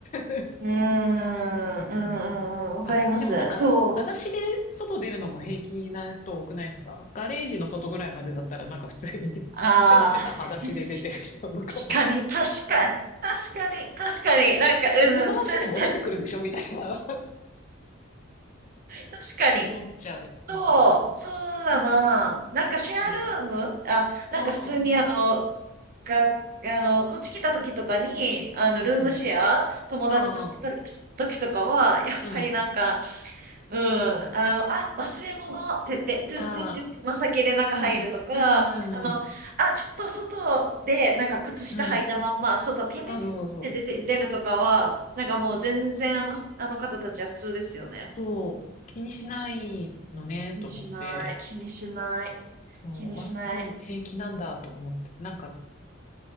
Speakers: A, on the left; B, on the right.
A: <laughs>
B: うーん、うん、
A: うん。
B: うん、うんわかります。
A: あ、でもなんか、
B: そう。
A: 裸足で外出るのも平気な人多くないですかガレージの外ぐらいまでだったらなんか普通に <laughs>
B: ああ、
A: ペタペタ裸足で出てる人とかも、
B: し確かに、確かに、確かに、確かに、なんか、うん、
A: え、その足で戻ってくるんでしょみたいな
B: 確かに、確かに。
A: <laughs> 思っちゃう。
B: そう、
A: うん。
B: そうだな。なんかシェアルームあ、
A: うん。
B: なんか普通にあの、
A: ああ、
B: が、あの、こっち来た時とかに、あの、
A: あ
B: ルームシェア、友達としてた時とかは、
A: あ、ああ、
B: やっぱりなんか、
A: うん。
B: うん、あの、あ、忘れ物って言って、トゥットゥットゥッつま先でなんか入るとか、
A: ああ、うん、うん、
B: あの、
A: うん。
B: あ、ちょっと外で、なんか靴下履いたまんま、
A: うん
B: 外ピャピャピャって出て、
A: あ、そうそうそう。
B: 出るとかは、なんかもう全然あの、あの方たちは普通ですよね。
A: そう、気にしないのね、
B: 気にしない、
A: と思って。
B: 気にしない、
A: そう、
B: 気にしない。
A: あ、そう、平気なんだと思って。なんか、